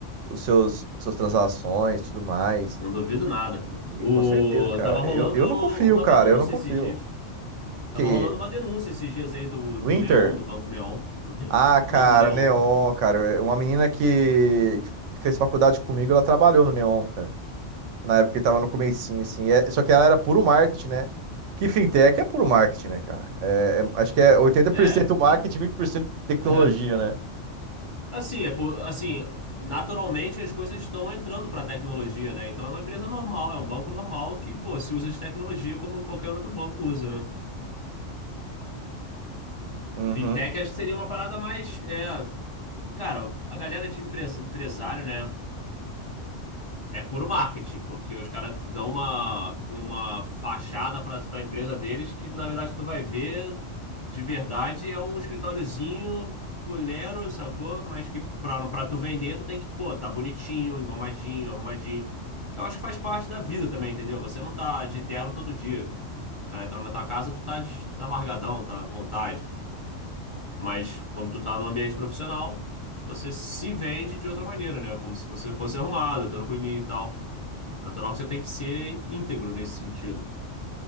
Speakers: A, on the right; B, on the left.
A: os seus suas transações, tudo mais.
B: Não duvido nada.
A: E
B: O,
A: com certeza, cara.
B: tava rolando
A: Eu, eu não confio,
B: uma
A: cara,
B: denúncia
A: eu não confio.
B: esses dias. Tava
A: Que
B: rolando uma denúncia esses dias aí do, do
A: do Inter
B: Neon, do Banco Neon.
A: Ah,
B: <clears throat>
A: cara,
B: Não, do Neon.
A: Neon, cara. É, Uma menina que, que fez faculdade comigo, ela trabalhou no Neon, cara. Na época que tava no comecinho, assim. É- só que ela era puro marketing, né? Que fintech é puro marketing, né, cara? É- é- acho que é oitenta
B: É,
A: por cento <laughs> marketing,
B: é, um-
A: vinte por cento tecnologia,
B: <laughs>
A: né?
B: Assim, é por, assim, naturalmente as coisas estão entrando para a tecnologia, né? Então é uma empresa normal, é um banco normal que, pô, se usa de tecnologia como qualquer outro banco usa, né?
A: Uhum.
B: Fintech acho que seria uma parada mais, é, cara, a galera de empresa, empresário, né? É puro marketing, porque os caras dão uma, uma fachada para a empresa deles que, na verdade, tu vai ver de verdade é um escritóriozinho fuleiro, sacou? Mas que pra, pra tu vender, tu tem que, pô, tá bonitinho, engomadinho, arrumadinho. Eu acho que faz parte da vida também, entendeu? Você não tá de terno todo dia. O cara entra na tua casa, tu tá, de- tá largadão, tá à vontade. Mas quando tu tá no ambiente profissional, você se vende de outra maneira, né? Como se você fosse arrumado, tranquilinho e tal. Natural que você tem que ser íntegro nesse sentido.